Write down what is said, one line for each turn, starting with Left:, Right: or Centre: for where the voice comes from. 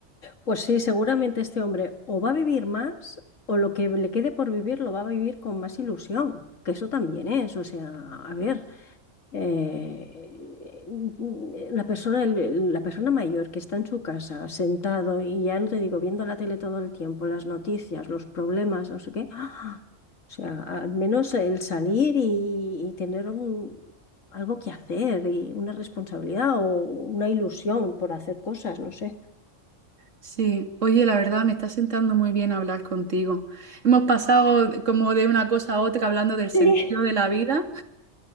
Left: Pues sí, seguramente este hombre o va a vivir más o lo que le quede por vivir lo va a vivir con más ilusión, que eso también es, o sea, a ver, eh, la persona, el- la persona mayor que está en su casa sentado y ya no te digo, viendo la tele todo el tiempo, las noticias, los problemas, no sé qué, ¡ah! o sea, al menos el salir y, y tener un- algo que hacer y una responsabilidad o una ilusión por hacer cosas, no sé.
Right: Sí, oye, la verdad me está sentando muy bien hablar contigo. Hemos pasado como de una cosa a otra hablando del sentido
Left: Sí.
Right: de la vida